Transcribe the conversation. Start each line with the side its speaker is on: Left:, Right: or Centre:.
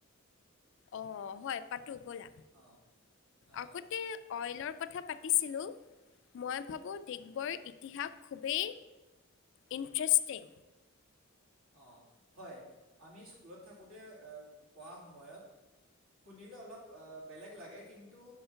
Left: অ, হয় পাতো ব'লা।
Right: অঁ আহ,
Left: আগতে অইলৰ কথা পাতিছিলোঁ, মই ভাবোঁ ডিগবৈৰ ইতিহাস খুবেই ইণ্ট্ৰেষ্টিং।
Right: অ, হয় আমি স্কুলত থাকোঁতে পঢ়া সময়ত শুনিলে অলপ বেলেগ লাগে, কিন্তু